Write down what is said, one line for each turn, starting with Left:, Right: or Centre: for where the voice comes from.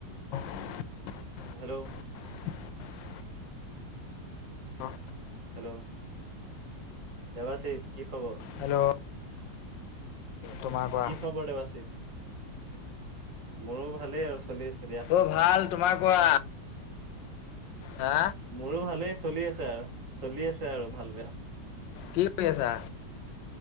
Left: <inaudible>
Right: হেল্ল
Left: <unintelligible> অ
Right: হেল্ল দেৱাশিষ কি খবৰ
Left: হেল্ল তোমাৰ কোৱা?
Right: কি খবৰ দেবাশিছ মোৰো ভালেই আৰু চলি আছে দিয়া।
Left: মোৰ ভাল তোমাৰ কোৱা হা
Right: মোৰো ভালেই চলি আছে আৰু চলি আছে আৰু ভাল বেয়া
Left: কি কৰি আছা?